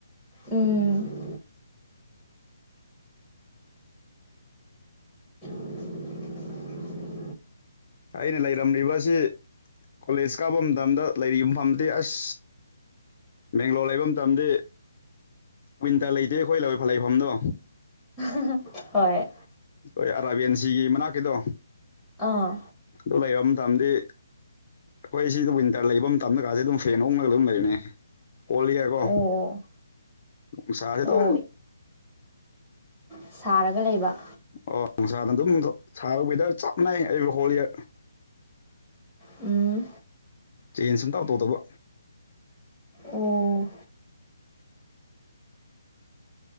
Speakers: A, in the centre; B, on the left (about 35°).
A: ꯎꯝ <unintelligible>
B: ꯑꯩꯅ ꯂꯩꯔꯝꯂꯤꯕꯁꯤ ꯀꯣꯂꯦꯖ ꯀꯥꯕ ꯃꯇꯝꯗ ꯂꯩꯔꯤꯌꯨꯝꯐꯝꯇꯦ ꯑꯁ ꯕꯦꯡꯒ꯭ꯂꯣꯔ ꯂꯩꯕ ꯃꯇꯝꯗꯤ ꯋꯤꯟꯇꯔ ꯂꯩꯇꯦ ꯑꯩꯈꯣꯏ ꯂꯩꯐꯝꯗꯣ
A: ꯎ ꯍꯣꯏ
B: ꯑꯩꯈꯣꯏ ꯑꯔꯥꯕ꯭ꯌꯟꯁꯤꯒꯤ ꯃꯅꯥꯛꯀꯤꯗꯣ
A: ꯑꯥ
B: ꯑꯗꯨ ꯂꯩꯔꯝ ꯃꯇꯝꯗꯤ ꯑꯩꯈꯣꯏ ꯁꯤꯗ ꯋꯤꯟꯇꯔ ꯂꯩꯕ ꯃꯇꯝꯗꯀꯥꯁꯦ ꯑꯗꯨꯝ ꯐꯦꯟ ꯎꯡꯉꯒ ꯑꯗꯨꯝ ꯂꯩꯕꯅꯤ ꯀꯣꯂꯤꯌꯔ ꯀꯣ
A: ꯑꯣ
B: ꯅꯨꯡꯁꯥꯖꯦ
A: ꯑꯣ
B: ꯗꯨꯝ
A: ꯁꯥꯔꯒ ꯂꯩꯕ
B: ꯑꯣ ꯅꯨꯡꯁꯥꯅ ꯑꯗꯨꯝ ꯁꯥꯔꯒ ꯋꯦꯗꯔ ꯆꯞꯅꯩ ꯍꯣꯜꯔ
A: ꯎꯝ
B: ꯆꯦꯟꯁ ꯁꯨꯡꯇꯧ ꯇꯧꯗꯕ
A: ꯑꯣ